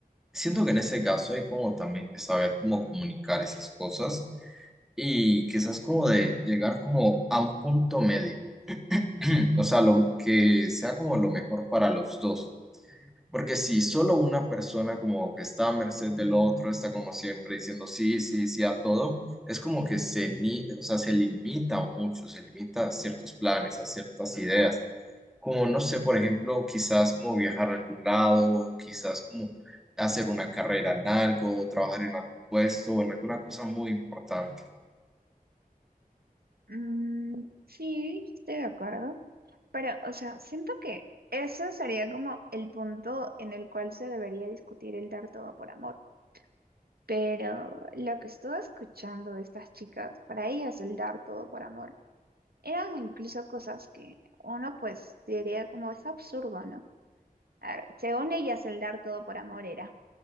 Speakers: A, in the centre; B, on the right.
A: siento que en ese caso hay como también que saber cómo comunicar esas cosas y quizás como de llegar como a un punto medio, <clears throat> o sea, lo que sea como lo mejor para los dos. Porque si solo una persona como que está a merced del otro, está como siempre diciendo sí, sí, sí a todo, es como que se, ni, o sea, se limita mucho, se limita a ciertos planes, a ciertas ideas. Como, no sé, por ejemplo, quizás como viajar a algún lado, quizás como hacer una carrera en algo, trabajar en algún puesto o en alguna cosa muy importante.
B: Mm, sí, estoy de acuerdo. Pero, o sea, siento que ese sería como el punto en el cual se debería discutir el dar todo por amor. Pero lo que estuve escuchando de estas chicas, para ellas el dar todo por amor, eran incluso cosas que uno pues diría como es absurdo, ¿no? A ver, según ellas el dar todo por amor era